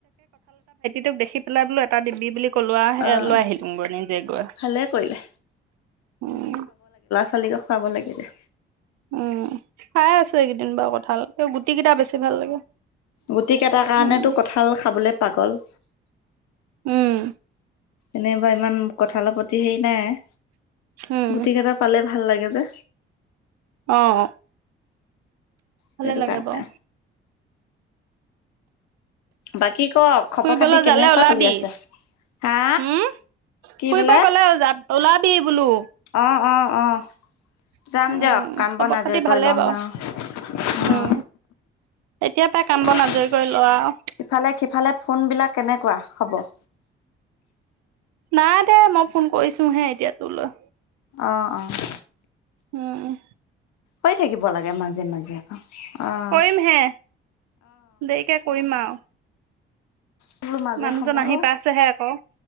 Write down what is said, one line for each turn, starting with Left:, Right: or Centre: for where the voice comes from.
Right: তোক দেখি পেলাই বো এটা দিবি বুলি লোৱা সে
Left: অ',
Right: লৈ আহিলোগৈ, নিজে গৈ,
Left: ভালে কৰিলে।
Right: উম।
Left: ছোৱালী ক খুৱাব লাগে এতিয়া।
Right: উম, খাই আছো এইকেইদিন বাৰু কঠাল, গুটি কেইটা বেছি ভাল লাগে।
Left: গুটিকেইটাৰ কাৰণেটো
Right: উম
Left: কঠাল খাবলে পাগল।
Right: উম।
Left: এনে বা ইমান কঁঠালৰ প্ৰতি হেৰি নাই।
Right: উম,
Left: গুটিকেইটা পালে ভাল লাগে যে।
Right: অহ। ভালে
Left: সেইটো
Right: লাগে
Left: কাৰণে।
Right: বাও।
Left: বাকী ক খবৰ
Right: ফুৰিবলৈ
Left: খাতি কেনেকুৱা
Right: যালে ওলাবি।
Left: চলি আছে? হা?
Right: উম,
Left: কি
Right: ফুৰিব
Left: বোলে?
Right: গ'লে যা, ওলাবি বোলো।
Left: অ', অ', অ',
Right: উম,
Left: যাম দিয়ক, কাম
Right: খবৰ
Left: বন আজৰি
Right: খাতি
Left: কৰি
Right: ভালেই
Left: লম
Right: বাৰু,
Left: আও <unintelligible>
Right: উম।
Left: অ।
Right: এতিয়া পাই কাম
Left: এতিয়াটো
Right: বন আজৰি কৰি লোৱা আৰু,
Left: ইফালে সিফালে ফোন বিলাক কেনেকুৱা খবৰ?
Right: নাই দে মই ফোন কৰিছো হে এতিয়া তোৰলৈ।
Left: অঁ, অহ।
Right: উম, উম।
Left: কৰি থাকিব লাগে মাজে মাজে আকৌ, অহ।
Right: কৰিমহে দেৰিকে কৰিম আও।
Left: বোলো মাজে
Right: মানুহজন
Left: সময়ো
Right: আহি পাইছেহে আক।